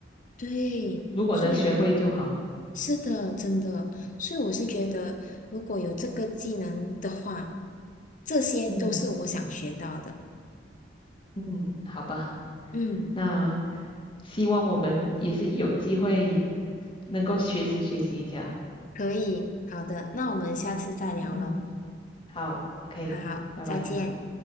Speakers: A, on the left; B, on the left.
A: 对，
B: 如果能学会就好。
A: 所以是的，真的，所以我是觉得，如果有这个技能的话，这些都是我想学到的。
B: 嗯嗯，好吧，
A: 嗯，
B: 那希望我们也是有机会能够学习学习一下。
A: 可以，好的，那我们下次再聊喽。
B: 嗯，好，OK，
A: 好，
B: 拜拜。
A: 再见。